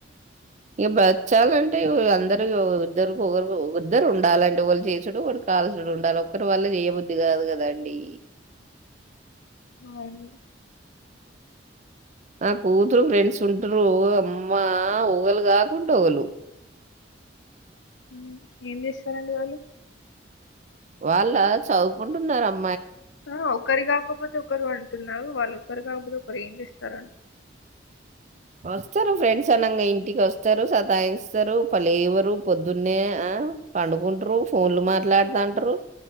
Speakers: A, on the right; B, on the left.
A: ఇగ బచ్చాలంటే వ్ అందరు ఓ ఇద్దరు ఒకరు ఇద్దరు ఉండాలండి. ఒకళ్ళు చేసుడు, ఒకరు కాల్చుడు ఉండాల ఒక్కరి వల్ల చేయబుద్ధి కాదు కదండి.
B: అవును
A: నా కూతురు ఫ్రెండ్స్ ఉంటురు అమ్మా ఒకళ్ళు కాకుంటే ఒకళు.
B: హు ఏం చేసారండి వాళ్ళు
A: వాళ్ళ చదువుకుంటున్నారమ్
B: హో ఒకరి గాకపోతే ఒకరు అంటున్నావ్ వాళ్ళు ఒకరు గాకపోతే ఒకరు ఏం చేస్తారని
A: వస్తారు ఫ్రెండ్స్ అనంగా ఇంటికి వస్తారు సతా ఇస్తారు ప లేవరు పొద్దున్నే ఆ పండుకుంటురు ఫోన్లు మాట్లాడుతాంటరు